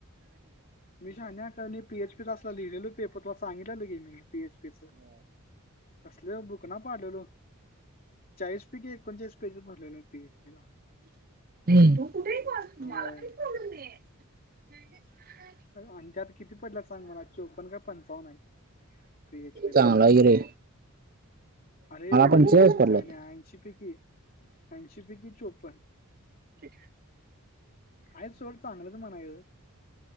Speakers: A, on the left; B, on the right.
A: <inaudible> मी शानण्याकरणी पीएच पीचाला लिहिलेलो पेपर तुला सांगितलें होतं की. मी पी एच पी च कसल बुक ना पाडलेलो. चाळीस पैकी एकोणचाळीस पेजी भरलेल पी एच पी ला.
B: हम्म.
A: होय
B: <inaudible>
A: अ आणि त्यात किती पडल्या सांग मला? चोपन काय पंचावन आहे. पीएचपी ला
B: चांगलाही रे.
A: अरे एवढं
B: पण
A: लिहून
B: चेअरच पडल्यात.
A: शाण्या. ऐशी पैकी, ऐंशी पैकी चोप्पन.
B: ठीक
A: हाय थोडं चांगलंच म्हणाय